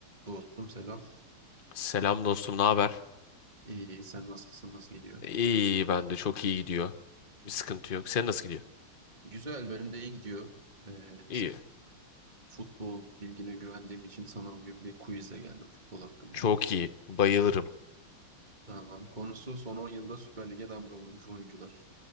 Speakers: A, on the right (about 20°); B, on the left (about 85°).
A: Dostum selam.
B: Selam dostum, ne haber?
A: İyi, sen nasılsın? Nasıl gidiyor?
B: İyi, ben de çok iyi gidiyor. Bir sıkıntı yok. Sen nasıl gidiyor?
A: Güzel, benim de iyi gidiyor. Ee,
B: İyi.
A: sen- futbol bilgine güvendiğim için sana bugün bir quizle geldim futbol hakkında.
B: Çok iyi. Bayılırım.
A: Tamam. Konusu son 10 yılda Süper Lig'e damga vurmuş oyuncular.